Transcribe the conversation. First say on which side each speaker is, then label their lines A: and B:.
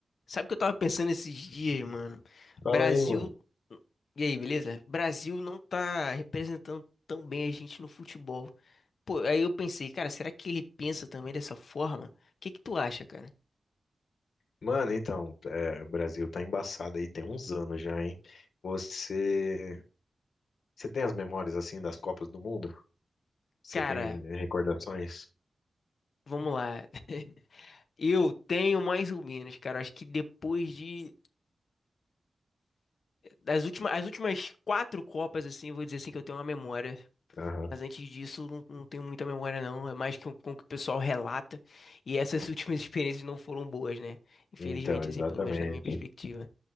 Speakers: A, on the left; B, on the left.
A: Sabe o que eu tava pensando esses dias, mano?
B: Fala
A: Brasil.
B: aí, mano.
A: E aí, beleza? Brasil não tá representando tão bem a gente no futebol. Pô, aí eu pensei, cara, será que ele pensa também dessa forma? O que que tu acha, cara?
B: Mano, então, é, o Brasil tá embaçado aí, tem uns anos já, hein? Você, você tem as memórias assim das Copas do Mundo? Você
A: Cara,
B: tem recordações?
A: vamos lá. <laughs> Eu tenho mais ou menos, cara. Acho que depois de. Das últimas, as últimas quatro Copas, assim, eu vou dizer assim que eu tenho uma memória.
B: Aham.
A: Mas antes disso, não, não tenho muita memória, não. É mais que um- com o que o pessoal relata. E essas <laughs> últimas experiências não foram boas, né? Infelizmente,
B: Então, exatamente.
A: assim, pelo menos na minha perspectiva.